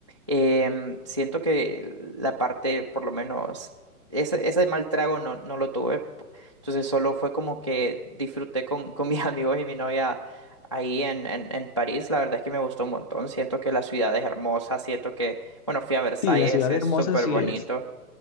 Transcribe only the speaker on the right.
em, siento que la parte, por lo menos, ese, ese mal trago no, no lo tuve, p- entonces solo fue como que disfruté con, con mis <laughs> amigos y mi novia ahí en, en, en París, la verdad es que me gustó un montón, siento que la ciudad es hermosa, siento que, bueno, fui a Versalles,
es
súper
bonito.